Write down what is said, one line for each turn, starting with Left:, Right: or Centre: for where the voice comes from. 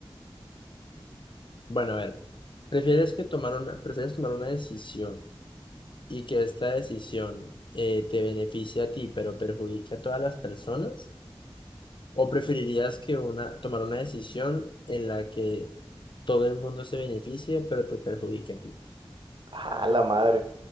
Left: Bueno, a ver, ¿prefieres que tomar una, prefieres tomar una decisión? y que esta decisión eh, te beneficie a ti, pero perjudique a todas las personas? ¿O preferirías que una, tomar una decisión en la que todo el mundo se beneficie, pero te perjudique a ti?
Right: Ah, la madre.